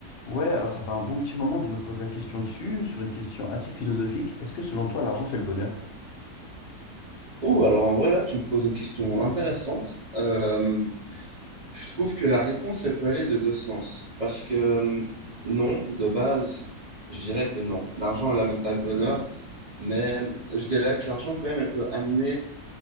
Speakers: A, on the left; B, on the right.
A: Ouais, alors ça fait un bon petit moment que je me pose la question dessus, sur une question assez philosophique. Est-ce que selon toi, l'argent fait le bonheur?
B: Oh, alors en vrai, là, tu me poses une question intéressante. Euh, je trouve que la réponse, elle peut aller de deux sens. Parce que euh, non, de base, je dirais que non. L'argent, elle n'amène pas le bonheur, mais je dirais que l'argent, quand même, elle peut amener